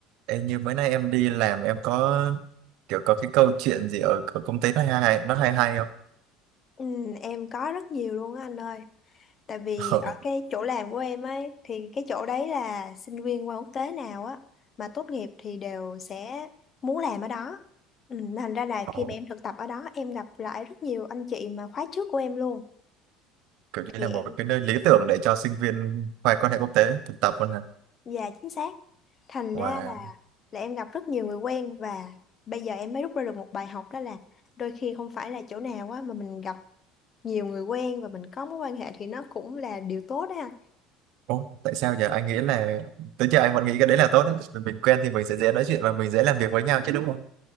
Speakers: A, on the right; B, on the left.
A: em như mấy nay em đi làm em có kiểu có cái câu chuyện gì ở, ở công ty nó hay hay nó hay hay không
B: Ừ, em có rất nhiều luôn á anh ơi. Tại vì
A: <laughs> Rồi,
B: ở cái chỗ làm của em ấy thì cái chỗ đấy là sinh viên qua quốc tế nào á mà tốt nghiệp thì đều sẽ muốn làm ở đó. Ừ, thành ra là khi
A: ồ,
B: mà em thực tập ở đó em gặp lại rất nhiều anh chị mà khóa trước của em luôn
A: kiểu như
B: thì
A: là một
B: em
A: cái nơi lý tưởng để cho sinh viên khoa quan hệ quốc tế thực tập luôn hả
B: và chính xác. Thành
A: và
B: ra
A: wow.
B: là là em gặp rất nhiều người quen và bây giờ em mới rút ra được một bài học đó là đôi khi không phải là chỗ nào á mà mình gặp nhiều người quen và mình có mối quan hệ thì nó cũng là điều tốt đó
A: Ủa, tại sao giờ anh nghĩ là tới giờ anh vẫn nghĩ cái đấy là tốt đấy Vì mình quen thì mình sẽ dễ nói chuyện và mình dễ làm việc với nhau chứ đúng không